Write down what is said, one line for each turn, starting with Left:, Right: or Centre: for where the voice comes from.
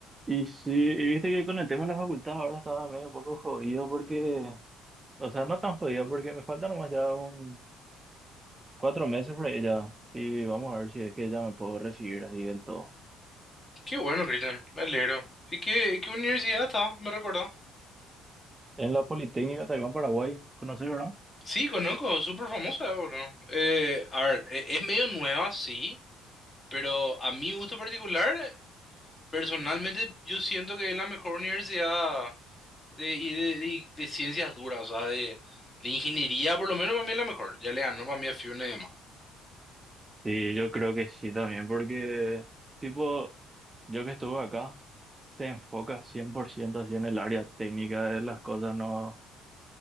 Right: Y sí, y viste que con el tema de la facultad ahora estaba medio poco jodido porque, o sea, no tan jodido porque me faltan nomás ya un cuatro meses por ahí ya. Y vamos a ver si es que ya me puedo recibir así del todo.
Left: Qué bueno, Cristian, me alegro. ¿Y qué, qué universidad está? ¿Me recuerda?
Right: En la Politécnica Taiván Paraguay, ¿conoces, verdad?
Left: Sí, conozco, súper famosa, boludo. Eh, a ver, e- es medio nueva, sí, pero a mi gusto particular, personalmente yo siento que es la mejor universidad de, y de, de- de ciencias duras, o sea, de, de ingeniería, por lo menos para mí es la mejor. Ya le ganó para mí a FIUNA y demás.
Right: Sí, yo creo que sí también porque, tipo, yo que estuve acá, se enfoca 100% así en el área técnica de las cosas, no,